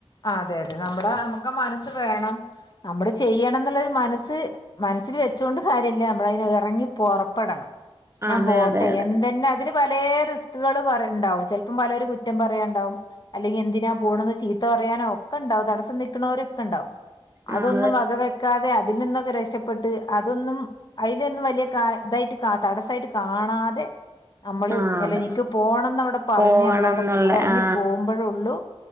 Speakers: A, on the left; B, on the right.
A: ആ അതെ അതെ നമ്മുടെ മനസ് വേണം നമ്മള് ചെയ്യണം ന്നുള്ളരു മനസ് മനസ്സില് <unintelligible> ച്ചൊണ്ട് കാര്യല്ല നമ്മളയിന് എറങ്ങി പൊറപ്പെടണം ഞാൻ
B: അതെ
A: പോട്ടെ
B: അതെ അതെ
A: എന്തെന്നെ അതില് പല റിസ് <unintelligible> പറിണ്ടാവും ചിലപ്പോം പലര് കുറ്റം പറയണ്ടാവും അല്ലെങ്കിൽ എന്തിനാ പോണന്ന് <unintelligible> <unintelligible> ഒക്കെ ണ്ടാവും തടസം നിക്കുന്നരൊക്കെ ണ്ടാവും അതൊന്നും
B: ആ അതെ
A: വക വെക്കാതെ <unintelligible> അതിൽ നിന്നൊക്കെ രക്ഷപ്പെട്ട് അതൊന്നും അയിലൊന്നും വലിയ <unintelligible> തായിട്ട് തടസ്സായിട്ട് കാണാതെ നമ്മള്
B: ആ
A: എല്ല
B: അതെ
A: നിക്ക് പോണംന്ന് അവിടെ പറഞ്ഞ്
B: പോകണം
A: നമ്മളവിടെ
B: എന്നുള്ള
A: ഇറങ്ങി
B: ആ
A: പോകുമ്പോഴള്ളു